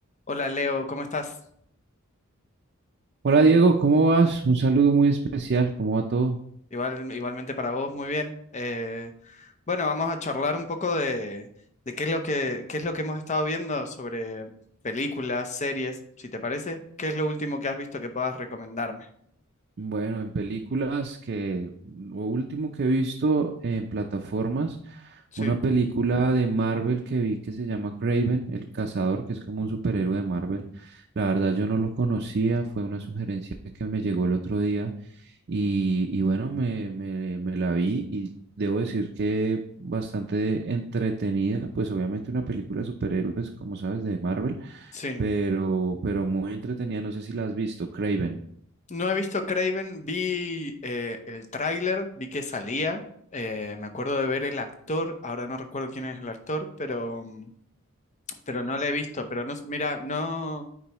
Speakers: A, on the left; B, on the right.
A: Hola Leo, ¿cómo estás?
B: Hola Diego, ¿cómo vas? Un saludo muy especial, ¿cómo va todo?
A: Igual, igualmente para vos, muy bien. Eh, bueno, vamos a charlar un poco de, de qué es lo que, qué es lo que hemos estado viendo sobre películas, series, si te parece. ¿Qué es lo último que has visto que puedas recomendarme?
B: Bueno, en películas que lo último que he visto en plataformas,
A: Sí,
B: una película de Marvel que vi que se llama Craven, el cazador, que es como un superhéroe de Marvel. La verdad yo no lo conocía, fue una sugerencia que me llegó el otro día Y, y bueno, me, me, me la vi y debo decir que bastante entretenida, pues obviamente una película de superhéroes, como sabes, de Marvel,
A: sí.
B: pero, pero muy entretenida, no sé si la has visto, Craven.
A: No he visto Craven, vi eh, el tráiler, vi que salía. eh, me acuerdo de ver el actor, ahora no recuerdo quién es el actor, pero, mm, pero no la he visto. Pero no, s- mira, no.